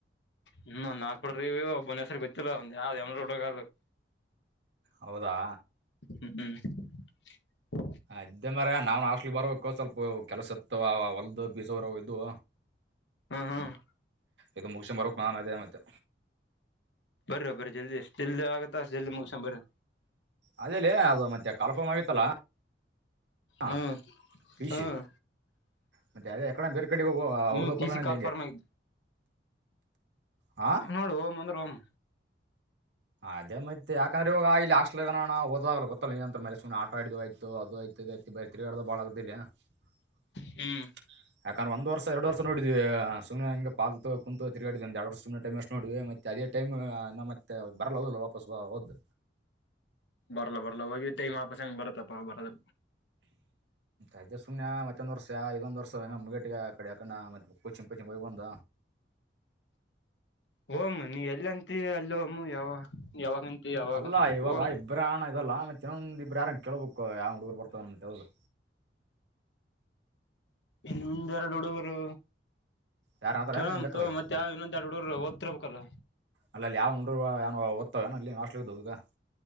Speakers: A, on the left (about 80°); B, on the right (about 80°).
A: ಹ್ಮ್ ನಾಕ್ ಹುಡುಗರು ಇವಿ ಒಬ್ಬೊನ ಹೆಸ್ರ ಗೊತ್ತಿಲ್ಲ ಒಂದ್ ಯಾವ್ದ್ ಎಮ್ರಾ ಹುಡಗ ಅದು
B: ಹೌದಾ
A: ಹ್ಮ್ ಹ್ಮ್
B: ಇದ್ದೆ ಮಾರಾಯ ನಾವು ಹಾಸ್ಟೆಲ್ಗಿ ಬರ್ಬೇಕು ಸ್ವಲ್ಪ ಕೆಲಸ ಇರ್ತವ ಅವ ಹೊಲದು ಬೀಜ ಹುರವು ಇದ್ವು
A: ಹ್ಮ್ ಹ್ಮ್
B: ಇದು ಮುಗಿಸಿಗೆಮ್ ಬರ್ಬೇಕ ನಾನ ಅದೇ ಮತ್ತೆ
A: ಬರ್ವೋ ಬರಿ ಜಲ್ದಿ ಎಷ್ಟು ಜಲ್ದಿ ಆಗತ್ತ ಅಷ್ಟ ಜಲ್ದಿ ಮುಗೆಸೆಂಬ ಬರ್ರಿ
B: ಅದೇಲೆ ಅದು ಮತ್ತೆ ಕಾಲ್ ಫಾರ್ಮ್ ಆಗಿತ್ತಲ್ಲ ಹ
A: ಹ್ಮ್
B: ಪಿ
A: ಹ್ಮ್
B: ಸಿ ಮತ್ತೆ ಅದೆ ಯಕಡೆ ಬೇರೆ ಕಡಿಗ ಹೋಗವ
A: ಹ್ಮ್
B: ಓದಕ
A: ಪಿ
B: ಹೊಗಮ್
A: ಸಿ
B: ನೆಂದೇ
A: ಕಾಲ್
B: ಹಿಂಗೆ
A: ಫಾರ್ಮ್ ಆಗಿದ್ದು
B: ಹಾ
A: ನೋಡು ಓಮ್ ಅಂದ್ರ ಓಮ್
B: ಅದೇ ಮತ್ತೆ ಯಾಕಂದ್ರ ಇವಾಗ ಹಾಸ್ಟೆಲ್ ಇಲ್ಲೆ ಇರಣ ಅಣ್ಣ ಒದದ ಅಗಲ್ಲ ಗೊತ್ತಲ್ಲ ನಿಯಂತರ ಮ್ಯಾಲೆ ಸುಮ್ನೆ ಆಟ ಆಡಿದು ಆಯ್ತು ಅದು ಆಯ್ತು ಇದು ಆಯ್ತು ಬೆ ತಿರ್ಗ್ಯಾಡದ ಬಾಳಾ ಅಗತ್ ಬಿಲ್ಯ <unintelligible>
A: ಹ್ಮ್
B: ಯಾಕಂದ್ರ ಒಂದ್ ವರ್ಷ ಎರಡು ವರ್ಷ ನೋಡಿದ್ವಿ ಸುಮ್ನೆ ಹಂಗ ಪಾಲ್ತು ಕುಂತು ತಿರುಗಾಡಿಕೆಂತ ಎರಡು ವರ್ಷ್ ಸುಮ್ನೆ ಟೈಮ ವೆಷ್ಟ ಮಾಡಿವಿ ಮತ್ತೆ ಅದೇ ಟೈಮ್ ನ ಮತ್ತೆ ಬರಲ್ಲ ಹೌದಿಲ್ಲ ವಾಪಸ್ ಬಾ ಓದು.
A: ಬರ್ಲಾ ಬರ್ಲ್ಲ ಹೋಗಿದ್ದ ಟೈಮ್ ವಾಪಸ್ ಹೆಂಗ್ ಬರತ್ತಪ್ಪಾ ಬರಲ್ಲ
B: ಅದ್ಕೆ ಸುಮ್ನೆ ಮತ್ತೊಂದ್ ವರ್ಷ ಯಾ ಇದೊಂದ್ ವರ್ಷ ಮುಗಟ್ಟಿಗೆ ಆ ಕಡೆ ಯಾಕನ ಕೊಚಿಂಗ ಪಿಚಿಂಗ ಹೋಗಿ ಬಂದ
A: ಹೋಗಮ್ ನೀ ಎಲ್ಲಿ ಅಂತಿ ಅಲ್ಲಿ ಹೋಗಮು ಯಾವ ಯಾವಾಗಂತಿ ಯಾವಾಗ
B: ಅಲ್ಲ ಇವಾಗ
A: ಓಮ್
B: ಇಬ್ರೆ ಅನ್ನಣ ಇದಲ್ಲಾ ಮತ್ತೆ ಇನ್ನೊಂದ್ ಇಬ್ರು ಯಾರನ ಕೇಳ್ಬೇಕು ಯಾ ಹುಡುಗರು ಬರ್ತರೆನ್ ಅಂತ ಹೌದಿಲ್ಲ
A: ಇನ್ನೊಂದ್ ಎರಡ್ ಹುಡುಗುರು
B: ಯಾರು ಆದ್ರೆ
A: ಕೇಳಮ್
B: ನಿಮ್ಮ ಲೆಕ್ಕದಾಗ
A: ತೊಗೊ ಮತ್ ಯಾವ್ ಇನ್ನೊಂದ ಎರಡ ಹುಡುಗುರು ಒದತಿರ್ ಬೇಕಲ್ಲ
B: ಅಲ್ಲ ಅಲ್ಲಿ ಯಾವ್ <unintelligible> ಯಾನ್ ಓತಾವೆನ್ ಅಲ್ಲಿ ಹಾಸ್ಟೆಲ್ ಇದ್ದು ಇದಾ